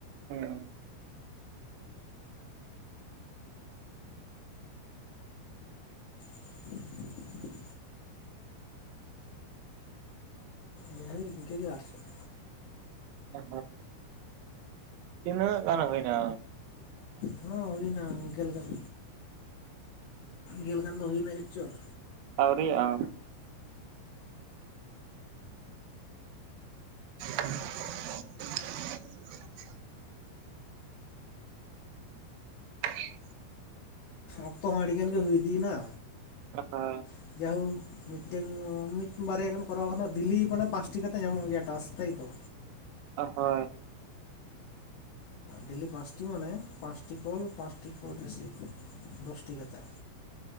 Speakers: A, on the right (about 85°); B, on the left (about 70°).
A: ᱦᱮᱸ
B: <inaudible> ᱡᱟᱦᱟᱸ ᱜᱮ ᱤᱱ ᱠᱟᱹᱜᱮ ᱟᱨ ᱪᱮᱫ
A: ᱦᱮ ᱛᱤᱱᱟᱹᱜ ᱜᱟᱱ ᱦᱩᱭ ᱱᱟ᱾
B: ᱦᱚᱸ ᱦᱩᱭᱱᱟ ᱜᱮᱞ ᱜᱟᱱ ᱜᱮᱞ ᱜᱟᱱ ᱫᱚ ᱦᱩᱭᱱᱟ ᱪᱮᱫ ᱪᱚᱝ
A: ᱟᱨᱣᱨᱤᱭᱟᱜᱼᱟ <inaudible> <inaudible>
B: ᱚᱠᱛᱚ ᱦᱚᱸ ᱟᱹᱰᱤ ᱜᱟᱱ ᱜᱮ ᱦᱩᱭ ᱤᱫᱤ ᱭᱮᱱᱟ
A: <unintelligible>
B: <unintelligible> ᱢᱤᱫ ᱴᱮᱱ ᱢᱤᱫ ᱵᱟᱨᱭᱟ ᱜᱟᱱ ᱠᱚᱨᱟᱣ ᱠᱷᱟᱱ ᱰᱮᱞᱤ ᱢᱟᱱᱮ ᱯᱟᱸᱪᱴᱤ ᱠᱟᱛᱮ ᱧᱟᱢᱚᱜ ᱜᱮᱭᱟ ᱴᱟᱥ ᱛᱟᱹᱛᱚ ᱫᱚ
A: <unintelligible>
B: ᱰᱮᱞᱤ ᱯᱟᱸᱪᱴᱤ ᱢᱟᱱᱮ ᱯᱟᱸᱪᱴᱤ ᱠᱚᱞ ᱯᱟᱸᱪᱴᱤ ᱠᱚᱞ ᱨᱤᱥᱤᱯ ᱢᱮ ᱫᱚᱥᱴᱤ ᱠᱟ ᱠᱟᱛᱮᱫ᱾